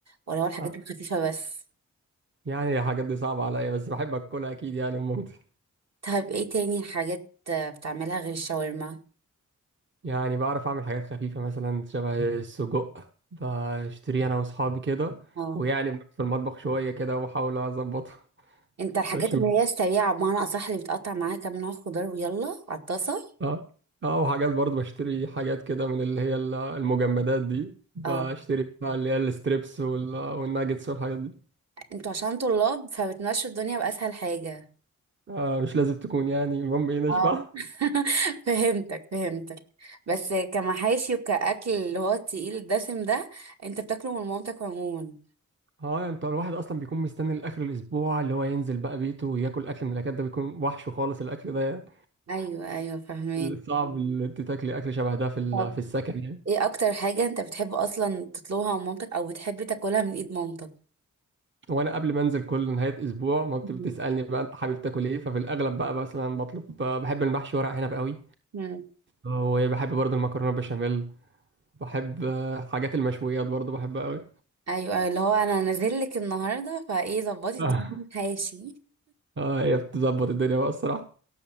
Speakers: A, on the right; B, on the right.
A: ولا هو الحاجات
B: آه،
A: الخفيفة بس؟
B: يعني الحاجات دي صعبه عليا بس بحب اكلها اكيد يعني من مامتي
A: طيب ايه تاني حاجات آه، بتعملها غير الشاورما؟
B: يعني بعرف اعمل حاجات خفيفه مثلا شبه السجق بشتريه انا واصحابي كده
A: اه
B: ويعني في المطبخ شويه كده وبحاول اظبطه
A: انت الحاجات
B: بشوف
A: اللي هي السريعة بمعنى أصح اللي بتقطع معاها كام نوع خضار ويلا على الطاسة
B: اه اه وحاجات برضه بشتري حاجات كده من اللي هي المجمدات دي بشتري
A: اه
B: بتاع اللي هي الستريبس وال- والناجتس والحاجات دي
A: انتوا عشان طلاب فبتمشوا الدنيا بأسهل حاجة
B: آه مش لازم تكون يعني المهم ايه نشبع
A: اه <laughs> فهمتك فهمتك بس كمحاشي وكأكل اللي هو التقيل الدسم ده انت بتاكله من مامتك عموما
B: اه انت الواحد اصلا بيكون مستني لاخر الاسبوع اللي هو ينزل بقى بيته وياكل اكل من الاكل ده بيكون وحش خالص الاكل ده يعني
A: ايوه ايوه فهمت
B: صعب اللي انت تاكلي اكل شبه ده في ال-
A: طب
B: في السكن يعني
A: ايه اكتر حاجة انت بتحب اصلا تطلبها من مامتك او بتحب تاكلها من ايد مامتك
B: وانا قبل ما انزل كل نهايه اسبوع ما بت-
A: مم.
B: بتسالني بقى انت حابب تاكل ايه ففي الاغلب بقى مثلا بطلب بحب المحشي ورق عنب قوي
A: مم.
B: وبحب برضه المكرونه بشاميل بحب آه، حاجات المشويات برضه بحبها قوي
A: ايوه أيوة، اللي هو انا نازل لك النهارده فايه ظبطي
B: <laughs>
A: الدنيا من حاشي
B: اه هي بتظبط الدنيا بقى الصراحه